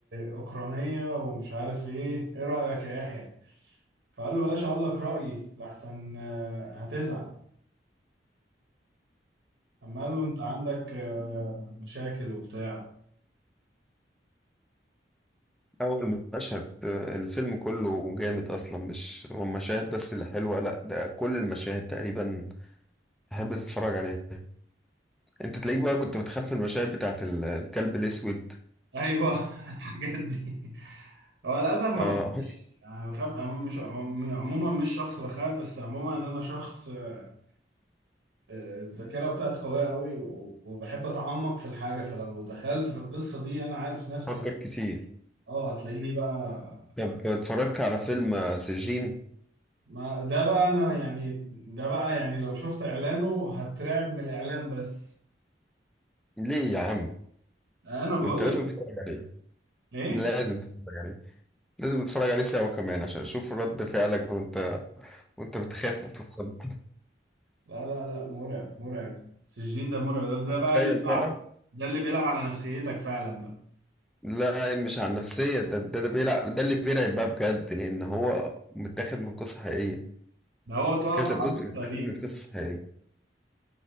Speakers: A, on the right; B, in the centre.
A: اوكرانية ومش عارف ايه ايه رأيك يا يحيى فقال له بلاش اقول لك رأيي لحسن آه، هتزعل اما قال له انت عندك آه، مشاكل وبتاع
B: أول مشهد آه، الفيلم كله جامد أصلا مش هو مشاهد بس اللي حلوة لأ ده كل المشاهد تقريبا تحب تتفرج عليها أنت تلاقيك بقى كنت بتخاف من المشاهد بتاعت ال- الكلب الأسود
A: ايوه <laughs> الحاجات دي هو للاسف ما
B: آه
A: بخافش يعني بخاف أنا مش عموما عموماً مش شخص بخاف بس عموما ان انا شخص آه، آه، الذاكره بتاعتي قويه قوي و- وبحب اتعمق في الحاجه فلو دخلت في القصه دي انا عارف نفسي
B: فكر كتير
A: اه هتلاقيني بقى
B: طب اتفرجت على فيلم آه، سجين
A: ما ده بقى انا يعني ده بقى يعني لو شفت اعلانه هترعب من الاعلان بس
B: ليه يا عم
A: انا بقول
B: ده أنت لازم
A: لك
B: تتفرج عليه
A: ايه
B: لازم تتفرج عليه لازم تتفرج عليه سوا كمان عشان أشوف رد فعلك وأنت وأنت بتخاف وبتتخض
A: لا لا لا مرعب مرعب السجين ده مرعب ده ده
B: <laughs>
A: بقى
B: تخيل
A: اللي بيلعب
B: بقى
A: ده اللي بيلعب على نفسيتك فعلا بقى
B: لا مش على النفسية ده ده, ده بيلعب ده اللي بيرعب بقى بجد لأن هو متاخد من قصة حقيقية
A: ده هو توقف
B: كذا جزء
A: عرض
B: متاخد
A: تقريبا
B: من قصص حقيقية